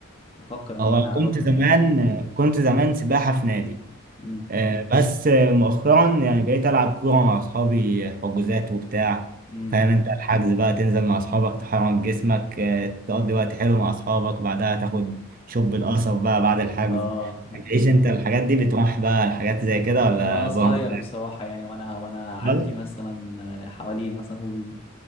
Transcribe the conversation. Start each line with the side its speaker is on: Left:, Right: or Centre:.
Left: بفكر ان
Right: هو
Left: انا
Right: كنت
Left: اروح لنادي
Right: زمان آه، كنت زمان سباحه في نادي
Left: امم
Right: آه، بس آه، مؤخرا يعني بقيت ألعب كورة مع أصحابي حجوزات وبتاع
Left: امم
Right: فاهم أنت الحجز بقى تنزل مع أصحابك تحرك جسمك آه، تقضي وقت حلو مع أصحابك بعدها تاخد شوب القصب بقى بعد الحجز
Left: اه
Right: بتعيش أنت الحاجات دي بتروح بقى الحاجات زي كده ولا
Left: وانا صغير
Right: برضه
Left: بصراحة يعني وانا وانا عندي
Right: بتفضل؟
Left: مثلا حوالي مثلا اقول